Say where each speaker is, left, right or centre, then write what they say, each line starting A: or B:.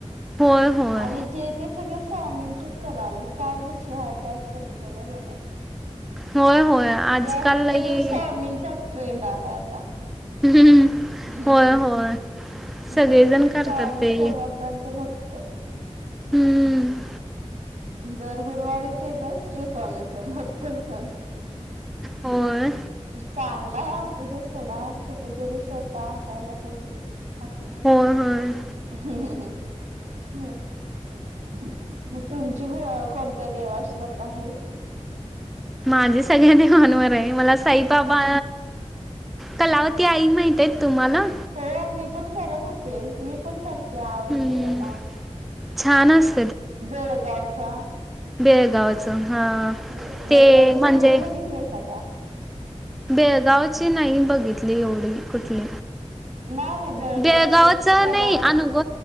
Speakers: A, in the centre; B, on the right (about 85°).
A: होय, होय.
B: आणि जे ते सगळं स्वामींचच करालंय काय विषय ह काय समजला झालाय.
A: होय, होय. आजकाल
B: जास्त
A: लई
B: करून सवामींचा ट्रेंड आलाय आता.
A: ह्
B: हम्म
A: होय होय. सगळेजण
B: जे ते स्वामी
A: करतात ते.
B: समर्थांचं भक्त.
A: हम्म.
B: दर गुरुवारी थेट श्री स्वामी समोर ह
A: होय.
B: चांग. ला अस दे सोडा कुठे जरी श्रद्धा असायला पाहिजे आपल्या
A: होय, होय.
B: हम्म हम् हम् ह म. कोणत्या देवाश्रद्धा आहे.
A: माझे सग्यांनी माांवर आहे मला साईबाबा कलावती आई माहितय तुम्हाला?
B: हो मी पण करत होते मी पण करते आवडतय
A: हम्म.
B: मला
A: छान अस
B: बेळगावचा
A: बेळगावच हा
B: हो बेळगावचं
A: ते म्हणजे
B: मंदिर बघितलंयसा का?
A: बेळगावची नाही बघितली एवढी कुठली
B: नाही नाही
A: बेळगावच
B: कलावत
A: नाही अनुग